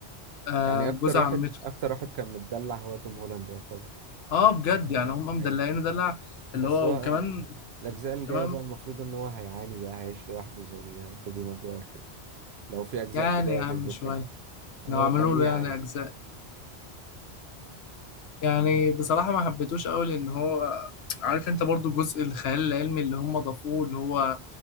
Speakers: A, on the left; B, on the right.
A: آه،
B: يعني أكتر
A: جوز عمته
B: واحد أكتر واحد كان متدلع هو توم هولاند يعتبر
A: اه بجد يعني هم مدلعينه
B: أيوة
A: دلع
B: بس
A: اللي هو
B: هو آه،
A: وكمان
B: الأجزاء الجاية
A: كمان
B: بقى المفروض إن هو هيعاني بقى هيعيش لوحده زي آه، توبي ماجواير كده لو في أجزاء
A: يعني
B: جاية
A: يا عم
B: نزلت
A: شوية
B: يعني اه
A: لو عملوا
B: خليه
A: له
B: يعاني
A: يعني أجزاء يعني بصراحة ما حبيتوش أوي لأن هو عارف أنت برضو جزء الخيال العلمي اللي هم ضافوه اللي هو